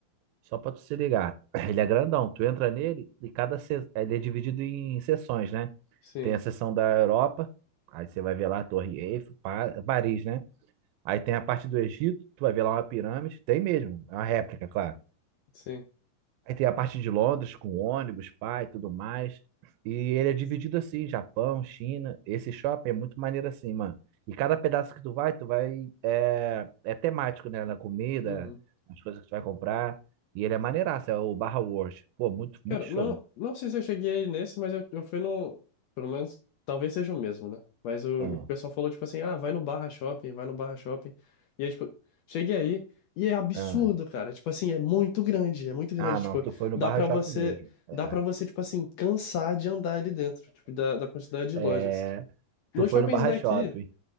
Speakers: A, on the right; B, on the left.
A: só pra tu se ligar. <clears throat> Ele é grandão. Tu entra nele e cada se... ele é dividido em seções, né?
B: Sim,
A: Tem a seção da Europa, aí você vai ver lá a Torre Eiffel, Pa- Paris, né? Aí tem a parte do Egito, tu vai ver lá uma pirâmide. Tem mesmo, é uma réplica, claro.
B: sim.
A: Aí tem a parte de Londres com ônibus, pai, tudo mais. E ele é dividido assim, Japão, China. Esse shopping é muito maneiro assim, mano. E cada pedaço que tu vai, tu vai é, é temático, né? Na comida,
B: Uhum.
A: nas coisas que tu vai comprar. E ele é maneiraço, é o Barra World. Pô, muito, muito
B: Cara,
A: show.
B: não, não sei se eu cheguei nesse, mas eu, eu fui no. Pelo menos, talvez seja o mesmo, né? Mas o,
A: Ah,
B: o pessoal falou, tipo assim, ah, vai no Barra Shopping, vai no Barra Shopping. E aí, tipo, cheguei aí e é absurdo,
A: ah.
B: cara. Tipo assim, é muito grande, é muito grande.
A: Ah, não,
B: Tipo,
A: tu foi no
B: dá
A: Barra
B: pra
A: Shopping
B: você,
A: mesmo. É,
B: dá pra você, tipo assim, cansar de andar ali dentro, tipo, da, da quantidade de
A: é,
B: lojas. Nos
A: tu foi
B: shoppings
A: no Barra
B: daqui,
A: Shopping.